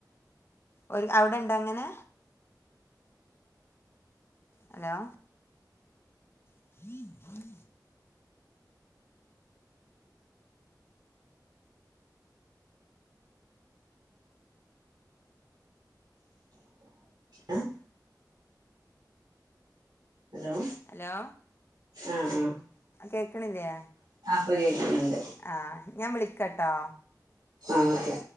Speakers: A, on the left; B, on the right.
A: ഒരു അവിടെണ്ടോ അങ്ങനെ? ഹലോ? <inaudible>
B: ആഹ് അലോ
A: ഹലോ
B: ആഹ് ആഹ്.
A: കേക്ക്ണില്ലേ
B: പ്പ കേക്ക്‌ന്ന്ണ്ട്
A: ആഹ് ഞാൻ വിളിക്കട്ടോ.
B: ആഹ് ഓക്കെ